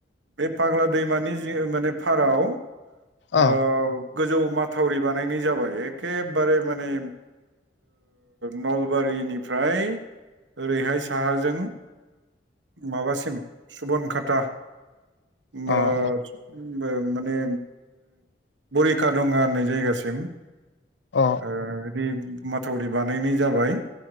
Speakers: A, on the right (about 85°); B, on the left (about 75°).
A: बे फाग्ला दैमानि जि माने फाराव
B: अ
A: ओ गोजौ माथावरि बानायनाय जाबाय एखेबारे माने नलबारिनिफ्राय ओरैहाय साहाजों माबासिम सुबन खाथा माने
B: अ
A: बरिखा दंङो होननाय जायगासिम
B: अ
A: ओ बिदि माथावरि बानायनाय जाबाय